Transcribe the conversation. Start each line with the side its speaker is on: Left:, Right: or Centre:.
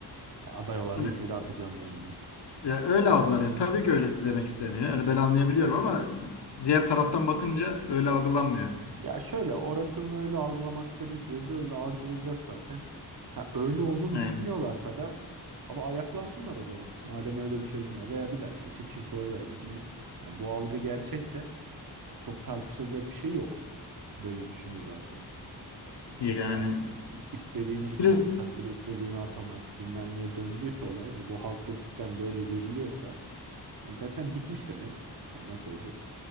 Right: Aday olanı
Left: Yani,
Right: içeri atacağım ben diye.
Left: ya öyle algılanıyor. Tabii ki öyle demek istemiyor. Yani ben anlayabiliyorum ama diğer taraftan bakınca öyle algılanmıyor.
Right: Ya şöyle orası bunu öyle algılamak istediği sürece öyle algılayacak zaten. Ha öyle olduğunu
Left: Yani,
Right: düşünüyorlarsa da ama ayaklansınlar o zaman. Madem öyle bir çözüm var veya bir dahaki seçim kimse oy vermesin biz. Ya bu algı gerçekse çok tartışılacak bir şey yok. Böyle düşünüyorlarsa. Ee,
Left: yani
Right: yani istediğini içe
Left: bir-
Right: atabilir, istediğini atamaz. Bilmem neye döndüyse olay ve bu halkta cidden böyle görülüyorsa e, zaten bitmiş demek. Yani nasıl olacak?